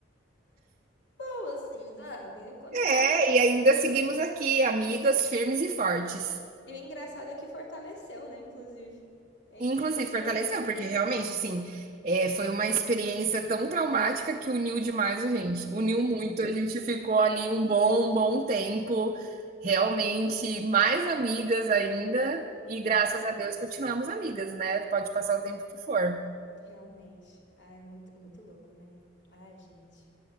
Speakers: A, on the left; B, on the right.
A: Boa, assim, sabe? Aconteceu.
B: É, e ainda seguimos aqui, amigas firmes e fortes.
A: E o engraçado é que fortaleceu, né? Inclusive. A gente
B: Inclusive
A: ficou muito
B: fortaleceu,
A: mais junto.
B: porque realmente, assim, eh, foi uma experiência tão traumática que uniu demais a gente, uniu muito, a gente ficou ali um bom, um bom tempo, realmente mais amigas ainda, e
A: Não,
B: graças a Deus continuamos amigas, né, pode passar o tempo que for.
A: realmente. Ah, é muito, muito louco, né? Ai, gente.